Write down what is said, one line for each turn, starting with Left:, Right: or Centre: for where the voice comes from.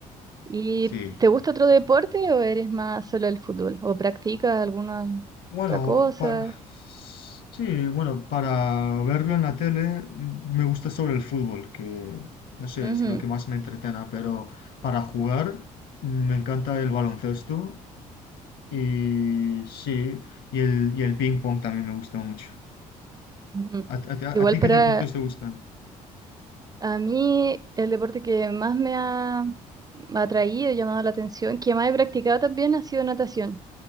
Right: ¿Y
Left: Sí.
Right: te gusta otro deporte o eres más solo el fútbol? ¿O practicas alguna
Left: Bueno,
Right: otra cosa?
Left: para... sí, bueno, para verlo en la tele mm, me gusta sobre el fútbol, que no sé,
Right: Ujú,
Left: es lo que más me entretena, pero para jugar mm, me encanta el baloncesto y sí, y el, y el ping pong también me gusta mucho.
Right: ujú.
Left: ¿A, ti- a ti a
Right: Igual
Left: ti
Right: para
Left: qué deportes te gustan?
Right: a mí el deporte que más me ha atraído, llamado la atención, que más he practicado también ha sido natación.